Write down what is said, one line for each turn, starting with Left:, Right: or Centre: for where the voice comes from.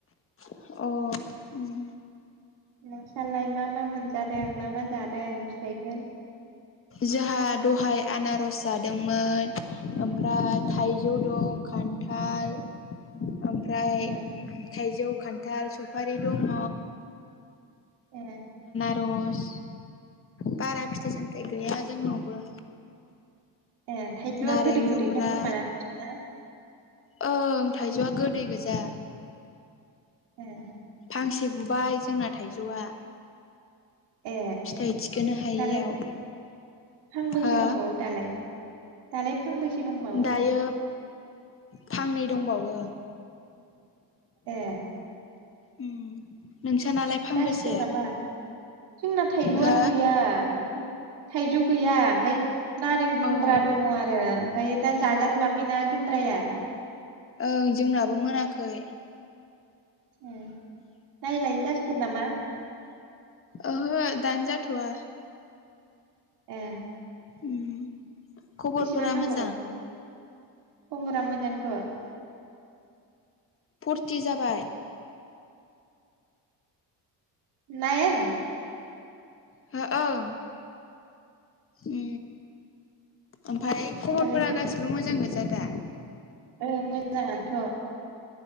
Left: अ उम
Right: नोंसालाय मा मा मोनजादों मा मा जादों फिथाइफोर?
Left: जोंहा दहाय आनारस जादोंमोन ओमफ्राय थाइजौ दं। खान्थाल। ओमफ्राय
Right: ओ
Left: थाइजौ खान्थाल सफारि दङ।
Right: ए
Left: रस बारा फिथाइ
Right: ए
Left: सामथाइ गैया जोंनावबो
Right: ए थाइजौआ
Left: नारें
Right: गोदै गोदैथार
Left: जुमब्रा
Right: खोमाना नोंसिना
Left: ओं थाइजौआ गोदै गोजा
Right: <inaudible>
Left: फांसे गुबाय जोंना थाइजौआ
Right: ए
Left: फिथाइ थिखोनो हायियाव
Right: दालाय फांबैसो
Left: हो
Right: दंबावो दालाय दालाय फांबैसे दंबावो
Left: दायो फांनै दंबावो
Right: ए
Left: उम नोंसानालाय फांबेसे
Right: जासिगोन नामा जोंना थाइजौआनो
Left: हो
Right: गैया ओमफा थाइजौ गैया ओमफाय नारें जुमब्रा
Left: अ उम
Right: दङो आरो ओमफाय दा जाजाथ'आाखैना जुमब्राया
Left: ओं जोंनाबो मोनाखै
Right: ए नायलाय जासिगोन नामा
Left: ओहो दानजा थवा
Right: ए
Left: उम खबरफोरा
Right: बेसेबां नांबावगौ
Left: मोजां
Right: खबरा मोजांथ'
Left: फरथि जाबाय
Right: नायन
Left: हो ओं उम ओमफाय खबरफोरा
Right: होमबालाय
Left: गासिबो मोजां गोजा दा
Right: ओ मोजाङानोथ'